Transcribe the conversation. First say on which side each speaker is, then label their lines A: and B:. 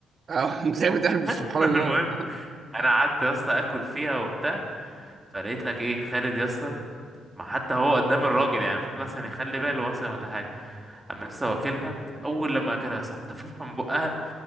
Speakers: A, on the right; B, on the right.
A: اه متعبة
B: <laughs>
A: قلبي سبحان الله
B: المهم انا قعدت يا اسطى اكل فيها وبتاع فلقيت لك ايه خالد يا اسطى ما حتى هو قدام الراجل يعني المفروض مثلا يخلي باله مثلا ولا حاجه اما لسه واكلها اول لما اكلها صبت من بقها